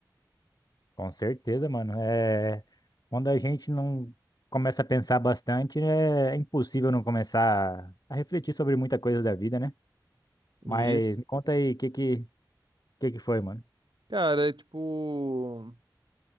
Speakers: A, on the left; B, on the right.
A: Com certeza, mano. É... Quando a gente não começa a pensar bastante, é é impossível não começar a refletir sobre muita coisa da vida, né? Mas
B: Isso.
A: me conta aí, o que que, que que foi, mano?
B: Cara, é tipo,